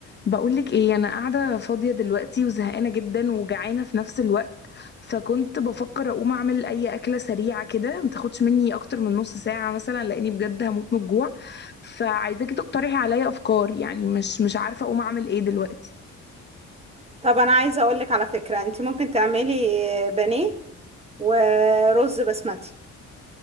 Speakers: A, on the left; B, on the right.
A: بقولك ايه انا قاعده فاضيه دلوقتي وزهقانه جدا وجعانه في نفس الوقت فكنت بفكر اقوم اعمل اي اكله سريعه كده ما تاخدش مني اكتر من نص ساعه مثلا لاني بجد هموت من الجوع فعايزاكي تقترحي عليا افكار يعني مش مش عارفه اقوم اعمل ايه دلوقتي
B: طب انا عايزه اقول لك على فكره انت ممكن تعملي بانيه ورز بسمتي